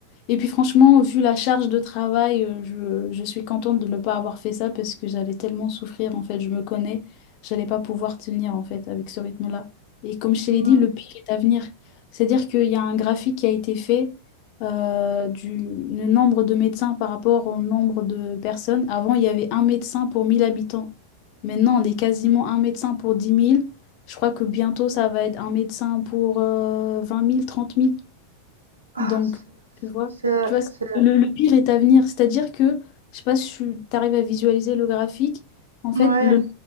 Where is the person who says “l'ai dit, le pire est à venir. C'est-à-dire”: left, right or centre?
Left